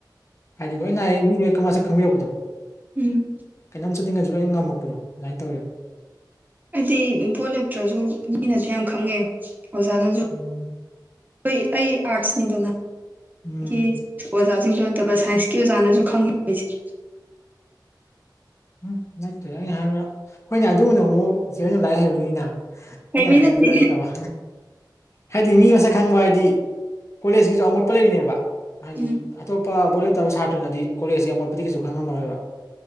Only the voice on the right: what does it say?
ꯎꯝ
ꯑꯩꯗꯤ ꯕꯣꯠ ꯂꯦꯞꯇ꯭ꯔꯁꯨ ꯃꯤꯅꯗꯤ ꯌꯥꯝ ꯈꯪꯉꯦ ꯑꯣꯖꯥꯅꯁꯨ
ꯍꯣꯏ ꯑꯩ ꯑꯥꯔꯠꯁꯅꯤꯗꯅ ꯑꯩꯒꯤ
ꯑꯣꯖꯥꯁꯤꯡꯗꯨ ꯅꯠꯇꯕ ꯁꯥꯏꯟꯁꯀꯤ ꯑꯣꯖꯥꯅꯁꯨ ꯈꯪꯉꯤ ꯑꯩꯁꯦ
ꯍꯩꯕꯩ
ꯅꯠꯇꯦ
ꯎꯝ